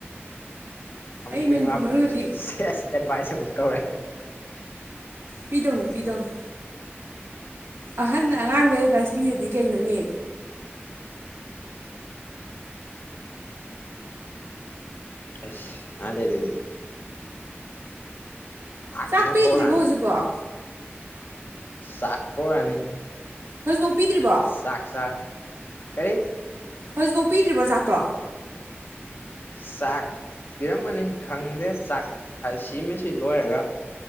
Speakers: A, on the left; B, on the right.
A: ꯑꯃꯨꯛꯇꯪ
B: ꯑꯩ ꯃꯅꯤꯄꯨꯔ
A: ꯂꯥꯛꯄ
B: ꯃꯅꯨꯡꯗꯗꯤ
A: ꯄꯨꯟꯁꯤꯅꯤ ꯁꯦꯁ ꯑꯦꯗꯚꯥꯏꯁ ꯑꯃꯨꯛ ꯇꯧꯔꯦ
B: ꯄꯤꯗꯧꯅꯤ ꯄꯤꯗꯧꯅꯤ ꯑꯍꯟꯅ ꯑꯉꯥꯡꯗ ꯑꯦꯗꯚꯥꯏꯁ ꯄꯤꯗꯗꯤ ꯀꯩꯅꯣꯅꯦ
A: ꯑꯁ ꯃꯥꯜꯂꯦ ꯑꯗꯨꯗꯤ
B: ꯆꯥꯛ
A: ꯑꯃꯨꯛ
B: ꯄꯤꯗ꯭ꯔꯤꯕꯣ
A: ꯀꯧꯔꯛꯑꯅꯤ
B: ꯍꯨꯖꯤꯛꯕꯥꯎ
A: ꯆꯥꯛ ꯀꯧꯔꯑꯅꯤ
B: ꯍꯧꯖꯤꯐꯤꯎ ꯄꯤꯗ꯭ꯔꯤꯕꯣ
A: ꯆꯥꯛꯆꯥꯥ ꯀꯔꯤ
B: ꯍꯧꯖꯤꯐꯥꯎ ꯄꯤꯗ꯭ꯔꯤꯕꯣ ꯆꯥꯛꯇꯣ
A: ꯆꯥꯛ ꯄꯤꯔꯝꯃꯅꯤ ꯈꯪꯗꯦ ꯆꯥꯛ ꯁꯤꯃꯁꯤ ꯂꯣꯏꯔꯒ